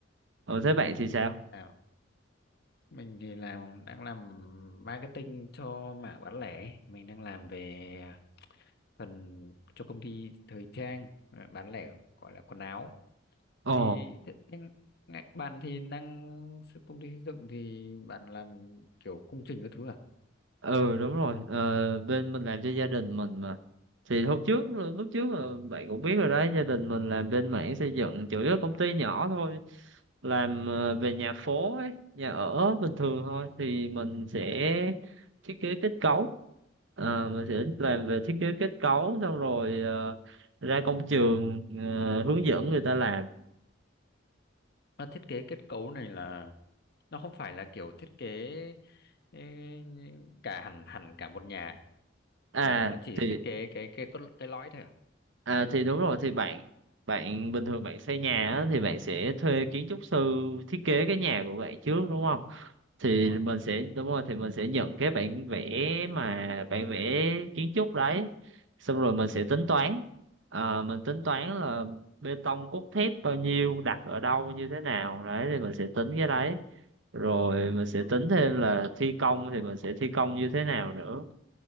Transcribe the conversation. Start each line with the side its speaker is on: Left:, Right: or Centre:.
Right: Ồ thế bạn thì sao?
Left: À, mình thì làm đang làm marketing cho mảng bán lẻ, mình đang làm về phần cho công ty thời trang à, bán lẻ gọi là quần áo.
Right: Ồ
Left: Thì thế- anh- ngại- bạn thì đang công ty xây dựng thì bạn làm kiểu công trình các thứ à?
Right: ừ đúng rồi Ờ, bên mình làm cho gia đình mình mà thì hôm trước lúc trước là bạn cũng biết rồi đấy gia đình mình làm bên mảng xây dựng chủ yếu là công ty nhỏ thôi làm ờ, về nhà phố ấy nhà ở bình thường thôi thì mình sẽ thiết kế kết cấu Ờ, mình sẽ làm về thiết kế kết cấu xong rồi ờ, ra công trường ờ, hướng dẫn người ta làm
Left: nó thiết kế kết cấu này là nó không phải là kiểu thiết kế ê, cả hẳn hẳn cả một nhà
Right: à
Left: mà nó chỉ
Right: thì
Left: thiết kế cái cái cái, cái lõi thôi à?
Right: À thì đúng rồi thì bạn bạn bình thường bạn xây nhà á, thì bạn sẽ thuê kiến trúc sư thiết kế cái nhà của bạn trước đúng không? Thì
Left: Đúng rồi.
Right: mình sẽ đúng rồi thì mình sẽ nhận cái bản vẽ mà bản vẽ kiến trúc đấy. Xong rồi mình sẽ tính toán. À, mình tính toán là bê tông cốt thép bao nhiêu đặt ở đâu như thế nào đấy thì mình sẽ tính cái đấy. Rồi mình sẽ
Left: Ờ,
Right: tính thêm là thi công thì mình sẽ thi công như thế nào nữa.